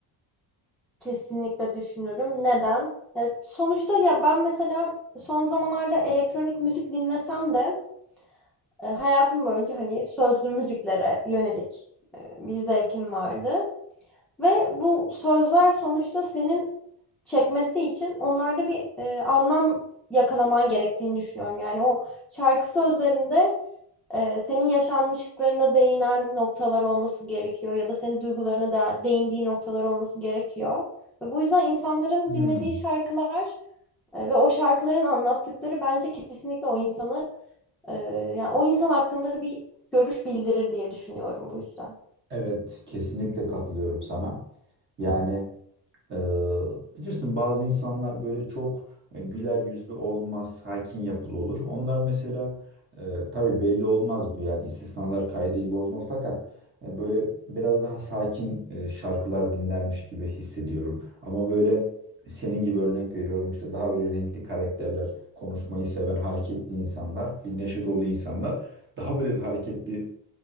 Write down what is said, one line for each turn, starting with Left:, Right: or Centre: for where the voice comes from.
Centre: Kesinlikle düşünürüm. Neden? Ya sonuçta ya ben mesela son zamanlarda elektronik müzik dinlesem de E, hayatım boyunca hani sözlü müziklere yönelik e, bir zevkim vardı. Ve bu sözler sonuçta senin çekmesi için onlarda bir e, anlam yakalaman gerektiğini düşünüyorum. Yani o şarkı sözlerinde e, senin yaşanmışlıklarına değinen noktalar olması gerekiyor ya da senin duygularına da değindiği noktalar olması gerekiyor. Ve bu yüzden insanların
Right: Hmm.
Centre: dinlediği şarkılar e, ve o şarkıların anlattıkları bence kesinlikle o insanı ee, yani o insan hakkında bir görüş bildirir diye düşünüyorum bu yüzden.
Right: Evet, kesinlikle katılıyorum sana. Yani e, bilirsin bazı insanlar böyle çok e, güler yüzlü olmaz, sakin yapılı olur. Onlar mesela e, tabii belli olmaz bu yani istisnalar kaideyi bozmaz. Fakat e, böyle biraz daha sakin e, şarkılar dinlermiş gibi hissediyorum. Ama böyle senin gibi örnek veriyorum işte daha böyle renkli karakterler, konuşmayı seven hareketli insanlar, bir neşe dolu insanlar daha böyle bir hareketli